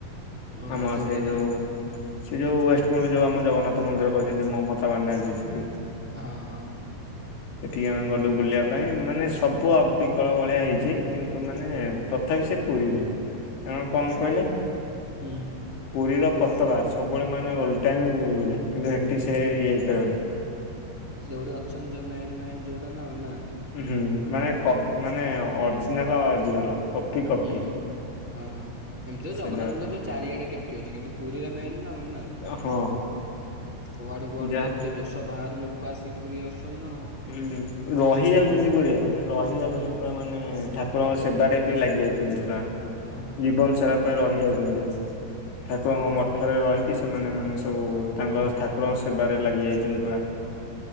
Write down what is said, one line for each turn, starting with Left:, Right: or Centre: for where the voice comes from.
Centre: ଓହୋ
Left: ଆମ
Centre: କୋଉ
Left: ସେଇ
Centre: ମନ୍ଦିର?
Left: ଯଉ ସେ ଯଉ ୱେଷ୍ଟବେଙ୍ଗଲ୍ ଯଉ ଆମ ଜଗନ୍ନାଥ ମନ୍ଦିର କରି ଯେମିତି ମମତା ବାନାର୍ଜୀ ଦିଦି।
Centre: ହଁ -ହଁ।
Left: ସେଠିକି ଆମେ ଗଲୁ ବୁଲିବା ପାଇଁ ମାନେ ସବୁ ଅବିକଳ ଭଳିଆ ହେଇଚି କିନ୍ତୁ ମାନେ ତଥାପି ସେ ପୁରି ବି ଏଁ- କଣ୍ ପେ କହିଲେ?
Centre: ହୁଁ।
Left: ପୁରୀର ପତକା ସବୁବେଳେ ମାନେ ଓଲଟା ହିଁ ଉଡେ କିନ୍ତୁ ଏ ଏଠି ସେ ଇଏ ହେଇପାରିବନି।
Centre: ସେ ଯଉଠି ଅଛନ୍ତି ଯଉ ମେନ୍- ମେନ୍ ଯଉଟା ନା ଆଉ ନା?
Left: ଉଁ- ହୁଁ ମାନେ କ-ମାନେ ଅର୍ଜିନାଲ- ଅର୍ଜିନାଲ କପି- କପି।
Centre: ହୁଁ। ହଁ ଏମିତି ତ
Left: ସେଟା
Centre: ଜଗନ୍ନାଥ ମନ୍ଦିର ତ ଚାରିଆଡେ କେତେ ଅଛି କିନ୍ତୁ ପୁରୀରେ ମେନ୍ ନା ଆଉ। ନା?
Left: ହଁ।
Centre: କୁଆଡୁ କୁଆଡୁ
Left: ଯାହା
Centre: କେତେ ଦେଶ ବାହାରୁ ଲୋକ ଆସିକି ପୁରୀ ଆସୁଚନ୍ତି ନା ଆଉ।
Left: ଉଁ- ରହି ଯାଉଚନ୍ତି ଗୁରେ ମାନେ ରହି ଯାଉଚନ୍ତି
Centre: ହୁଁ
Left: ପୁରା ମାନେ ଠା ଠାକୁରଙ୍କ ସେବାରେ ବି ଲାଗି ଯାଉଚନ୍ତି ପୁରା
Centre: ଆଉ
Left: ଜୀବନ
Centre: ସବୁ
Left: ସାରା ପାଇଁ
Centre: ହୁଁ
Left: ରହି ଯାଉଚନ୍ତି। ଠାକୁରଙ୍କ ମ ଠରେ ରହିକି ସେମାନେ ମାନେ ସବୁ ତାଙ୍କ ଠାକୁରଙ୍କ ସେବାରେ ଲାଗି ଯାଇଚନ୍ତି ପୁରା।